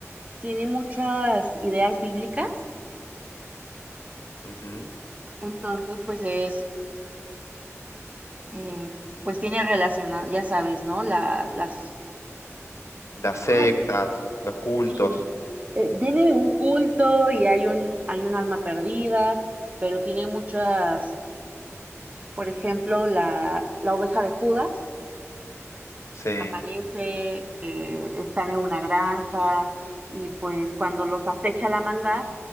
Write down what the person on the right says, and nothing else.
tiene muchas ideas bíblicas.
Entonces, pues es em, pues tiene relacionado, ya sabes, ¿no? La, las,
ay,
sí, eh, viene de un culto y hay un, hay un alma perdida, pero tiene muchas, por ejemplo, la, la oveja de Judas
aparece, eh, están en una granja y pues cuando los acecha la maldad